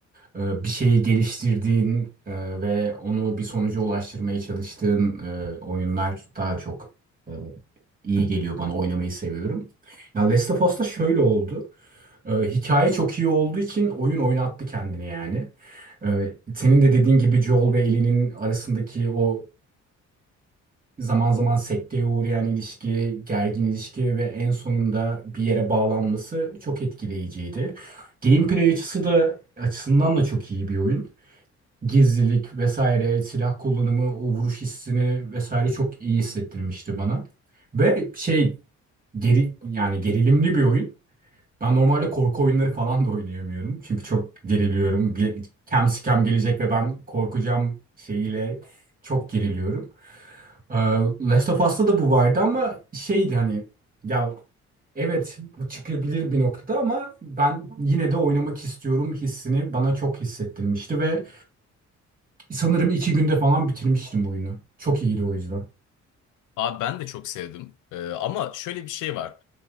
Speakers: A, on the right (about 30°); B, on the left (about 80°).
A: Ee, bir şeyi geliştirdiğin e, ve onu bir sonuca ulaştırmaya çalıştığın e, oyunlar daha çok e, iyi geliyor bana oynamayı seviyorum. Ya Last of Us'ta şöyle oldu. Ee, hikaye çok iyi olduğu için oyun oynattı kendini yani. Ee, senin de dediğin gibi Joel ve Ellie'nin arasındaki o zaman zaman sekteye uğrayan ilişki, gergin ilişki ve en sonunda bir yere bağlanması çok etkileyiciydi. Gameplay açısı da açısından da çok iyi bir oyun. Gizlilik vesaire, silah kullanımı, o vuruş hissini vesaire çok iyi hissettirmişti bana. Ve şey geri yani gerilimli bir oyun. Ben normalde korku oyunları falan da oynayamıyorum. Çünkü çok geriliyorum. Bir kem sikem gelecek ve ben korkacağım şeyiyle çok geriliyorum. Ee, Last of Us'ta da bu vardı ama şeydi hani ya evet bu çıkabilir bir noktada ama ben yine de oynamak istiyorum hissini bana çok hissettirmişti ve sanırım iki günde falan bitirmiştim oyunu. Çok iyiydi o yüzden.
B: Abi ben de çok sevdim. Ee, ama şöyle bir şey var.